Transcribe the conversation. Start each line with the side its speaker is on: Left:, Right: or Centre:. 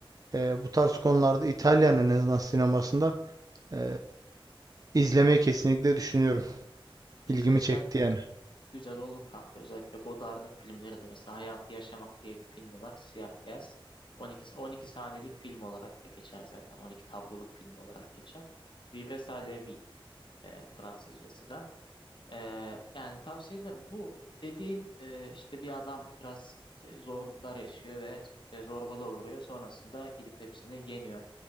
Right: e, bu tarz konularda İtalyan en azından sinemasında e, İzlemeyi kesinlikle düşünüyorum.
Left: Bir
Right: İlgimi
Left: izlesen
Right: çekti yani.
Left: güzel olur kanka. Özellikle Godard'ın filmleri de mesela Hayatı Yaşamak diye bir filmi var. Siyah beyaz. 12, 12 saniyelik film olarak da geçer zaten. 12 tabloluk film olarak geçer. Vivre sa la vie e, Fransızcası da. E, yani tavsiye ederim. Bu dediğin e, işte bir adam biraz e, zorluklar yaşıyor ve işte zorbalığa uğruyor. Sonrasında gidip hepsini yeniyor.